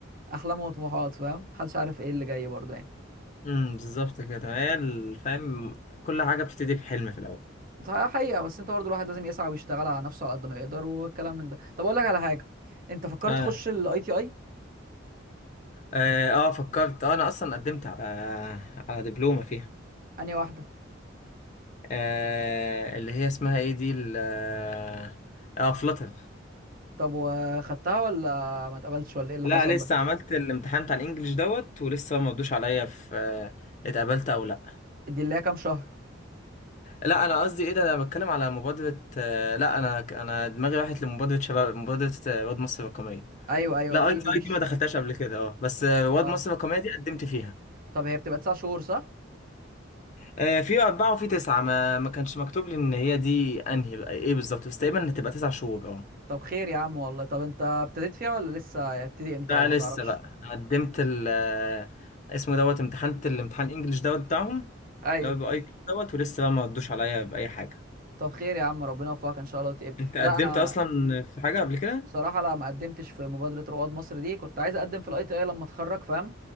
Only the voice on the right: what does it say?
احلام وطموحات فاهم محدش عارف ايه اللي جاي برضه يعني
ده حقيقة بس انت برضه الواحد لازم يسعى ويشتغل على نفسه على قد ما يقدر والكلام من ده طب اقول لك على حاجة انت فكرت
تخش الاي تي اي
انهي واحدة
طب وخدتها ولا ما اتقبلتش ولا ايه اللي
حصل
لك
دي اللي هي كام شهر
ايوه ايوه
دي
دي مش
اه
طب هي بتبقى تسع شهور صح
طب خير يا عم والله طب انت ابتديت فيها ولا لسه هيبتدي امتى
ولا
ما تعرفش
ايوه
طب خير يا عم ربنا يوفقك ان شاء الله وتقبل
لا انا
بصراحة لا ما قدمتش في مبادرة رواد مصر دي كنت عايز اقدم في الاي تي اي لما اتخرج فاهم